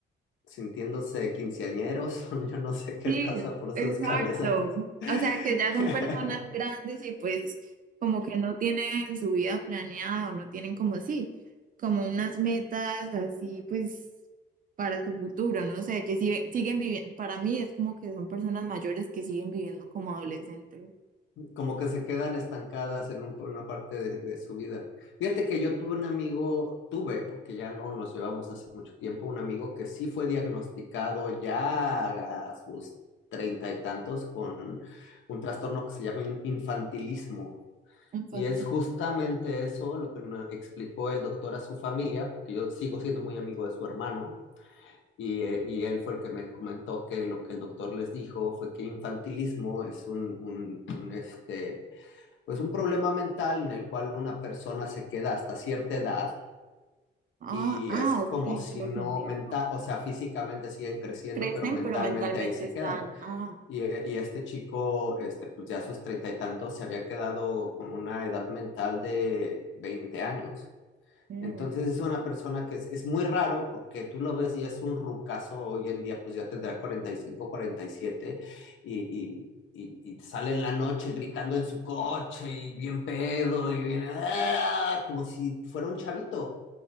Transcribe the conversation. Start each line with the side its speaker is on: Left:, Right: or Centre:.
Left: sintiéndose quinceañeros, <laughs> yo no sé qué
Right: Sí,
Left: pasa por
Right: exacto.
Left: sus cabezas. <laughs>
Right: O sea, que ya son personas grandes y pues como que no tienen su vida planeada o no tienen como sí, como unas metas así pues para su futuro, no sé, que sigue- siguen viviendo, para mí es como que son personas mayores que siguen viviendo como adolescentes
Left: Como que se quedan estancadas en un- una parte de, de su vida. Fíjate que yo tuve un amigo, tuve, porque ya no nos llevamos hace mucho tiempo, un amigo que sí fue diagnosticado ya a sus treinta y tantos con un trastorno que se llama in- infantilismo.
Right: infantiles.
Left: Y es justamente eso lo que me explicó el doctor a su familia, porque yo sigo siendo muy amigo de su hermano Y, eh, y él fue el que me comentó que lo que el doctor les dijo fue que infantilismo es un, un, un, este, pues un problema mental en el cual una persona se queda hasta cierta edad
Right: Ah,
Left: y
Right: ah,
Left: es
Right: ok,
Left: como si
Right: creo
Left: no
Right: que entiendo.
Left: mental, o sea, físicamente siguen creciendo,
Right: Crecen,
Left: pero mentalmente
Right: pero mentalmente
Left: ahí se
Right: están,
Left: quedan.
Right: ah,
Left: Y, eh, y, este chico, este, pues ya a sus treinta y tantos, se había quedado con una edad mental de 20 años.
Right: mm,
Left: Entonces es una persona que es, es muy raro porque tú lo ves y es un rucazo hoy en día, pues ya tendrá 45, 47 y, siete y, y, y y sale en la noche gritando en su coche y bien pedo y bien, ¡ah! como si fuera un chavito,